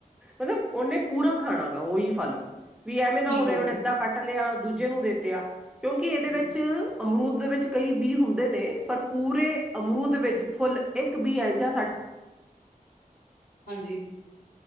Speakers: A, in the centre; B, on the left.
A: ਮਤਲਬ ਉਹਨੇ ਪੂਰਾ ਖਾਣਾ ਗਾ ਉਹੀ ਫਲ। ਵੀ ਐਵੇਂ ਨਾ
B: ਠੀਕ
A: ਹੋਵੇ
B: ਆ
A: ਹੁਣ ਅੱਦਾਂ ਕੱਟ ਲਿਆ ਦੂਜੇ ਨੂੰ ਦੇਤਾਿਆ ਕਿਉਂਕਿ
B: ਜੀ,
A: ਇਹਦੇ ਵਿੱਚ ਅਮਰੂਦ ਦੇ ਵਿੱਚ ਕਈ ਬੀ ਹੁੰਦੇ ਨੇ, ਪਰ ਪੂਰੇ ਅਮਰੂਦ ਵਿੱਚ ਫੁੱਲ ਇੱਕ ਬੀਆਿਹਾ ਸਾਡਾ।
B: ਹਾਂਜੀ।